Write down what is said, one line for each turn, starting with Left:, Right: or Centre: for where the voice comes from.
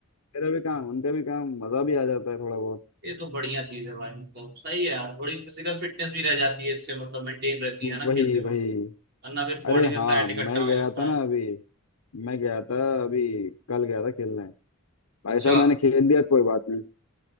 Left: मेरा भी काम उनका भी काम मजा भी आ जाता है थोड़ा बहुत
Right: ये तो बढ़िया चीज है भाई मतलब सही है यार थोड़ी फिजिकल फिटनेस भी रह जाती है इससे मतलब मेंटेन रहती है ना
Left: वही
Right: खेलते रहो
Left: वही
Right: वरना फिर बॉडी
Left: अरे
Right: में
Left: हाँ
Right: फैट
Left: मैं
Right: इकट्ठा होने
Left: गया
Right: लगता
Left: था ना
Right: है
Left: अभी मैं गया था अभी कल गया था खेलने भाई
Right: अच्छा
Left: साहब मैंने खेल दिया कोई बात नहीं